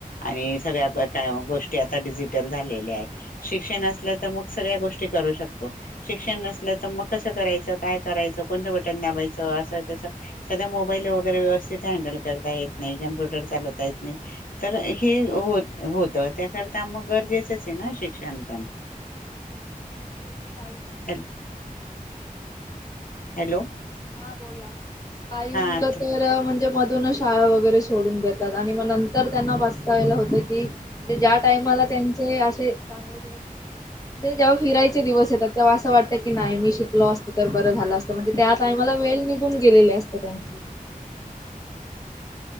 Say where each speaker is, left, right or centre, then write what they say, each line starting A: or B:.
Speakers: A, on the left (about 70°); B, on the left (about 25°).
A: आणि सगळ्या तर गोष्टी आता डिजिटल झालेल्या आहे शिक्षण असलं तर मग सगळ्या गोष्टी करू शकतो शिक्षण नसल तर मग कस करायचं काय करायचं कोणतं बटन दाबायच त असं तस सध्या मोबाईल वगैरे व्यवस्थित हँडल करता ये नाही कॉम्प्युटर चालवता येत नाही तर हे हो होतं त्याकरता मग गरजेचंच हे ना शिक्षण पण
B: आता शिक्षणाशिवाय तर काही
A: हल हॅलो
B: हा बोला काही
A: हा
B: मुलं
A: त
B: तर म्हणजे म पूर्ण शाळा वगैरे सोडून देतात आणि मग नंतर त्यांना वाचतायला होतं की ज्या टाईमाला त्यांचे असे चांगले दिवस म्हणजे जेव्हा फिरायचे दिवस येतात तेव्हा असं वाटतं की नाही मी शिकलो असतो तर बरं झालं असतं म्हणजे त्या टाईमाला वेळ निघून गेलेली असते त्यांची